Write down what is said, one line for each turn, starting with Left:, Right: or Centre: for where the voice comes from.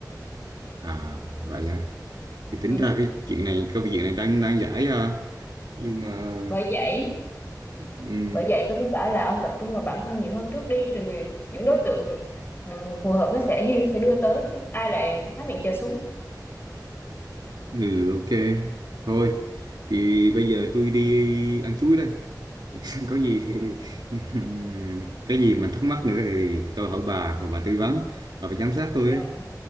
Right: à vậy à thì tính
Left: ừ.
Right: ra cái chuyện này câu chuyện này đang đang giải à. nhưng mà
Left: bởi vậy
Right: ừ,
Left: bởi vậy tôi mới bảo là ông tập trung vào bản thân nhiều hơn trước đi rồi người những đối tượng ừ, phù hợp nó sẽ duyên nó sẽ đưa tới chứ ai lại há miệng chờ súng
Right: ừ ok thôi thì bây giờ tôi đi ăn chuối đây có gì thì <laughs> cái gì mà thắc mắc nữa thì tôi hỏi bà và bà tư vấn bà phải giám sát tôi
Left: rồi
Right: ấy